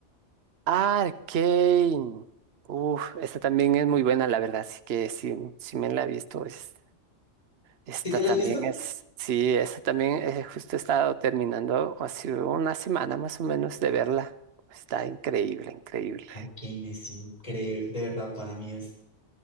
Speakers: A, on the right; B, on the left.
A: Arcane. Uf, esta también es muy buena, la verdad. Así que sí, sí me la he visto. es- esta
B: ¿Sí te la
A: también
B: has visto?
A: es, sí, esta también eh, justo he estado terminando hace una semana más o menos de verla. Está increíble, increíble.
B: Arcane es increíble, de verdad, para mí es.